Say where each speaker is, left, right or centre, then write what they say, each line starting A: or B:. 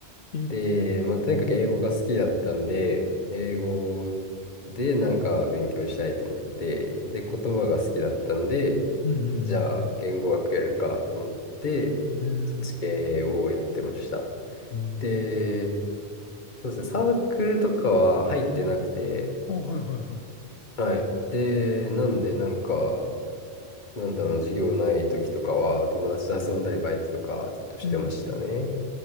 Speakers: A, on the left (about 65°); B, on the left (about 45°).
A: い。え、
B: で、まあ、とにかく英語が好きだったんで、
A: うん
B: 英語でなんか勉強したいと思って、で、言葉が好きだったんで、
A: うんうん。
B: じゃあ、言語学やるかと思って、
A: うんうん。
B: そっち系をやってました。
A: うん
B: で、そうですね、サークルとかは入ってなくて、
A: あ、はいはいは
B: はい。で、なんで、なんか、なんだろうな、授業ない時とかは、友達と遊んだり、バイトとかずっとしてましたね。
A: い。うんうん